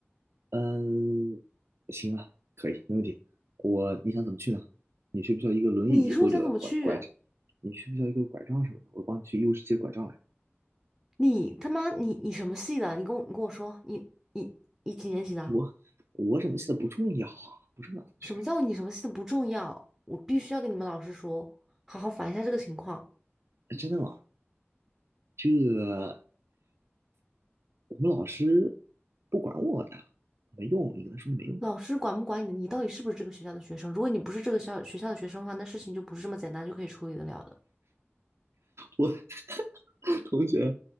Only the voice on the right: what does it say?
嗯，行啊，可以，没问题。我，你想怎么去呢？你需不需要一个轮椅或者拐拐杖？
你需不需要一个拐杖什么的？我帮你去医务室借拐杖来。
我我怎么写的不重要啊，不重要，同学。
哎真的吗？这我们老师不管我的，没用。你跟他说没用。
我 <laughs> 同学，